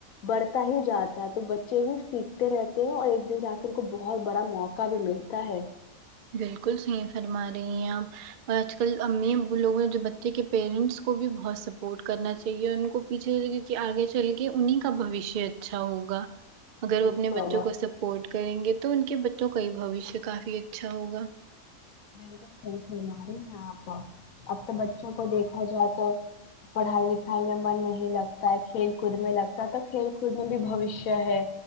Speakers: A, on the left; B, on the right.
A: بڑھتا ہی جاتا ہے تو بچے بھی سیکھتے رہتے ہیں اور ایک دن جا کے ان کو بہت بڑا موقع کا بھی ملتا ہے
B: بالکل صحیح فرما رہی ہیں آپ اور آج کل امی ابو لوگ ہیں بچے کے پیرنٹس کو بھی بہت سپورٹ کرنا چاہیے تو یہ ان کو پیچھے کیکہ آگے چل کے انہیں کا بھوشیہ اچھا ہوگا اگر
A: بالکل
B: وہ اپنے بچوں کو سپورٹ کریں گے تو ان کے بچوں کا ہی بھوشیہ کافی اچھا ہوگا
A: بالکل صحیح فرما رہے ہیں آپ اب تو بچوں کو دیکھا جائے تو پڑھائی لکھائی میں من نہیں لگتا ہے کھیل کود میں لگتا ہے تو کھیل کود میں بھی بھوشیہ ہے